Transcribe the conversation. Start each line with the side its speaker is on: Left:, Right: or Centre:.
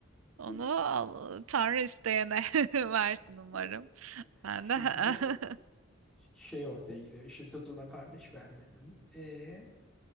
Right: Onu
Centre: <laughs>
Right: al- Tanrı isteyene <laughs> versin umarım.
Centre: Hı.
Right: Ben
Centre: Şimdi
Right: de
Centre: de
Right: <laughs>
Centre: şey ortaya giriyor. İşte çocuğuna kardeş vermedin. E